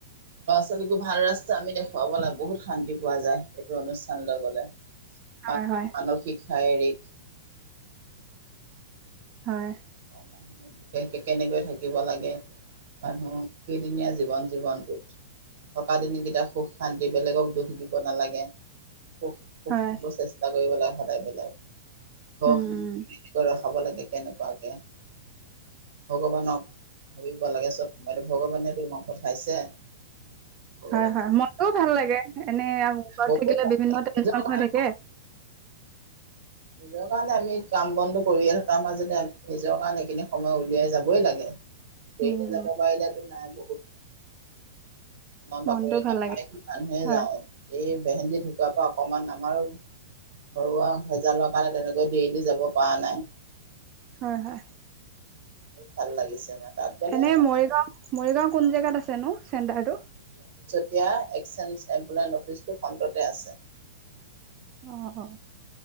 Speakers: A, on the right; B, on the right.
A: পল ভাল ৰাস্তা আমি দেখুৱাব লাগে বহুত শান্তি পোৱা যায় এইটো অনুষ্ঠানলৈ গলে
B: হয়
A: মানসিক
B: হয়
A: শাৰীৰিক
B: হয়
A: মানুহ বিশেষকে কেনেকৈ থাকিব লাগে মানহ কেৰিিন জীৱন জীৱনটোত থকা দিনকেইটা সুখ শান্তি বেলেগক দুখ দিব নালাগে খ পুখিব
B: হয়
A: চেষ্টা কৰিবলৈ সদায় ল ঘৰ
B: উম
A: ৰখাব লাগে কেনেকুৱাকে ভগৱানক ভাবিব লাগে চব সোমাইো ভগৱানে তোমাক পঠাইছে ভগৱান
B: হয় হয় মনটোও ভাল লাগে এনে ওৰত
A: বহুত
B: থাকিলে বিভিন্ন টেনচন
A: নিজৰ কাৰণে
B: হৈ থাকে
A: লগ কাৰণে আমি কাম বনধ কৰিয়ে থকা মই যদি নিজৰ কাৰণে িনি সময় উলিয়াই যাবই লাগে দেি
B: উম
A: যাব বাইলেত নাই তোমাৰ
B: মনটো
A: বাকৰি
B: ভাল
A: গ
B: লাগে
A: মানুহে
B: হয়
A: যাওঁ এই বেহেজি ঢুকুৱাৰ পৰা অকমান আমাৰো ঘৰুৱা হেজালৰ কাৰণে তেনেকৈ দেলি যাব পৰা নাই
B: হয় হয়
A: বহুত ভাল লাগিছে মানে তাত গ'লে
B: এনে
A: মানে
B: মৰিগাও মৰিগাও কোন জেগাত আছে নো চেণ্টাৰটো
A: এতিয়া এক্সেঞ্জ এম্পুলয়েন্ অফিচটো সন্ততে আছে
B: আহ